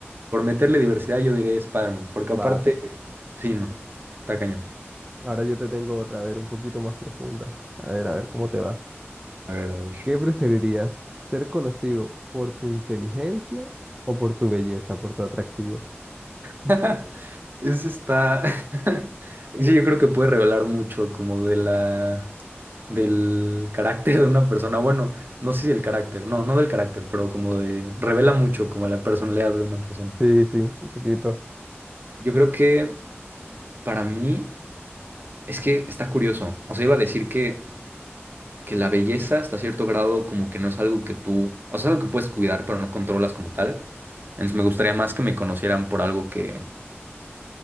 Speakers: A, on the right; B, on the right.
A: por meterle diversidad yo diré Spider-Man, porque
B: Va,
A: aparte, sí, no, está cañón.
B: ahora yo te tengo otra, a ver, un poquito más profunda. A ver, a ver cómo te va.
A: A ver, a ver.
B: ¿Qué preferirías, ser conocido por tu inteligencia o por tu belleza, por tu atractivo?
A: <laughs> Ese está. <laughs> Ese yo creo que puede revelar mucho como de la. del carácter de una persona. Bueno, no sé si del carácter, no, no del carácter, pero como de. revela mucho como la personalidad de una persona.
B: Sí, sí, un poquito.
A: Yo creo que para mí es que está curioso. O sea, iba a decir que, que la belleza hasta cierto grado como que no es algo que tú, o sea, es algo que puedes cuidar, pero no controlas como tal. Entonces me gustaría más que me conocieran por algo que,